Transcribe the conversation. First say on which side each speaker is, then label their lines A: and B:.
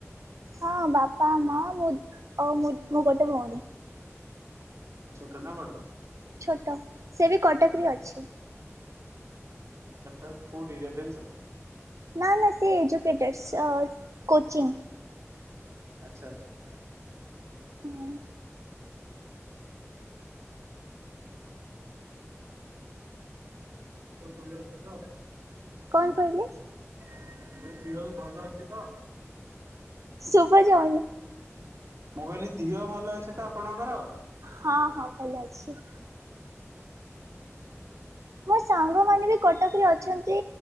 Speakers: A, on the right; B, on the right.
A: ହଁ ବାପା ମା ମୁଁ ଆଉ ମୁ ମୁଁ ଗୋଟେ ଭଉଣୀ।
B: ଛୋଟ ନା ବଡ।
A: ଛୋଟ ସେ ବି କଟକରେ ଅଛି।
B: କଟକ କଉଟି ରେଭେନ୍ସାରେ?
A: ନା ନା ସେ ଏଜୁକେଟେଡ ସେ କୋଚିଂ।
B: ଆଛା ଆଛା।
A: ହୁଁ।
B: ସବୁ ଭଲ ଅଛି ତ?
A: କଣ କହିଲେ?
B: <unintelligible> ଭଲ ଅଛି ତ।
A: ସୁବା ଯାଉନି।
B: ମୁଁ କହିଲି ଧୀଅ ଭଲ ଅଛି ତ ଆପଣଙ୍କର?
A: ହଁ ହଁ ଭଲ ଅଛି। ମୋ ସାଙ୍ଗ ମାନେ ବି କଟକରେ ଅଛନ୍ତି।